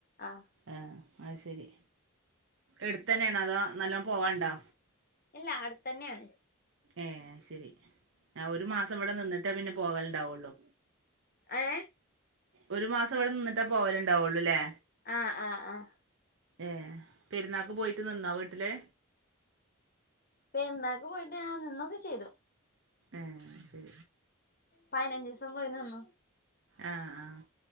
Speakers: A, on the left; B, on the right.
A: ആഹ്
B: എഹ് അയ്ശരി എടുത്തു തന്നെ ആണോ അതോ നല്ലോണം പോവാണ്ടോ
A: ഇല്ല അടുത്തന്നെയാണ്
B: ഏഹ് ശരി അ ഒരു മാസം ഇവിടെ നിന്നി ട്ട് പിന്നെ പോകലുണ്ടാവുള്ളൂ
A: ഏ
B: ഒരു മാസം ഇവടെ നിന്നിട്ടേ പോവലുണ്ടാവുള്ളൂല്ലേ
A: ആഹ് ആഹ് ആഹ്
B: ഏഹ് പെരുന്നാക്ക് പോയിട്ട് നിന്നോ വീട്ടില്
A: പെരുന്നാക്ക് പോയിട്ട് ആഹ് നിന്നൊക്കെ ചെയ്തു
B: ഏഹ് ശരി
A: പയിനഞ്ചൂസം പോയി നിന്നു
B: ആഹ് ആഹ്